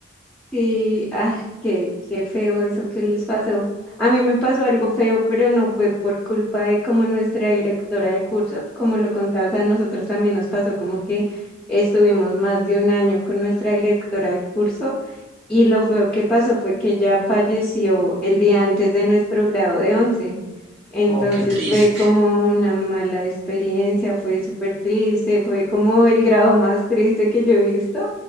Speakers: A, in the centre; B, on the right.
A: Sí, ay, qué, qué feo eso que les pasó. A mí me pasó algo feo, pero no fue por culpa de como nuestra directora de curso, como lo contabas, a nosotros también nos pasó como que estuvimos más de un año con nuestra directora de curso y lo feo que pasó fue que ya falleció el día antes de nuestro grado de 11. Entonces
B: Oh, qué triste,
A: fue como una mala experiencia, fue súper triste, fue como el grado más triste que yo he visto,